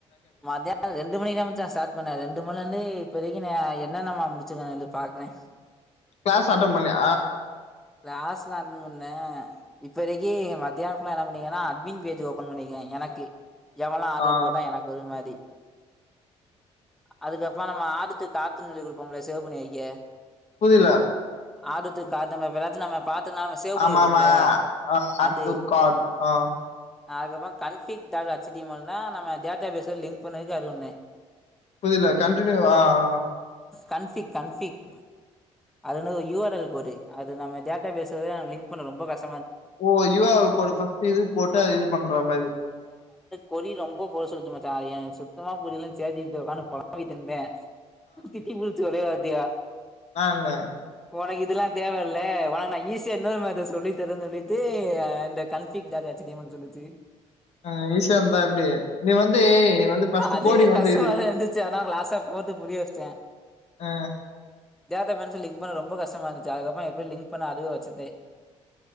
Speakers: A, in the centre; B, on the left.
A: மத்தியான ரெண்டு மணிக்குதா மச்சா ஸ்டார்ட் பண்ணே ரெண்டு மணில இருந்து இப்போவரைக்கு நா என்னனெலா முடி ச்சுகே நில்லு பாக்றே
B: கிளாஸ் அட்டன் பண்ணிய
A: கிளாஸ்லா அட்டன்ட் பன்னெ இப்ப வரைக்கு மத்தியான ஃபுல்லா என்ன பண்ணீக்கேன்னா அட்மின் பேஜ் ஓபன் பண்ணிருக்கே எனக்கு எவல்லா ஆர்டர்
B: ஆ,
A: போட்டா எனக்கு வர மாரி அதுக்கப்புறம் நம்ம ஆடுது கார்ட்டுன்னு சொல்லி கொடுப்போம்ல சேவ் பண்ணி வைக்க
B: புரில
A: ஆடுது <unintelligible> சு நம்ம பாத்தோம்னா நம்ம சேவ் பண்ணி
B: ஆமாமா
A: வைப்போம்ல
B: ஆ ஆட்
A: அது
B: டூ கார்ட் ஆ
A: அதுக்கப்புறம் கன்ஃபிக் டார்ட் அச்டியமெல்னா நம்ம டேட்டா பேஸொட லிங்க் பண்ணதுக்கு அது ஒன்னு
B: புரில கண்டினியூ ஆ ஆ
A: கன்பிக் கன்பிக் அது <unintelligible> யூஆரல் கோடு அது நம்ம டேட்டா பேஸோட நா லிங்க் பண்ண ரொம்ப கஷ்
B: ஓ யுஆரெல் கோட ஃபஸ்ட் இது போட்டு அது இது பண்ற மாரி
A: கொரி ரொம்ப பொட சொலுச்சு மாச்சா அது எனக்கு சுத்தமா புரியலனு சேட்சீப்பில உக்கானு புழம்பிட்டு இருந்தே திட்டிபுடுச்சு ஒரே வார்த் திட்டியா
B: எனானு
A: உனக்கு இதுல்லா தேவல்ல உனக் நா ஈஸியா இன்னொரு மேட்டர் சொல்லித்தரன்னு சொல்லிட்டு இந்த கன்ஃபிக் டார்ட் அச்டீயமெல் னு சொல்லிச்சு
B: அ ஈசியா இருந்ததா எப்டி நீ வந்து நீ வந்து ஃபஸ்டு
A: அதுவே
B: கோடிங் வந்து
A: கஷ்டமா
B: இது
A: தா இருந்துச்சு ஆனா லாஸ்டா போட்டு புரிய வச்சுட்டே
B: ஆ ஆ
A: <unintelligible> லிங்க் பண்ண ரொம்ப கஷ்டமா இருந்துச்சு அதுக்கப்புறோ எப்டி லி்ங் இப்ப நா அதுவே வச்சுட்டு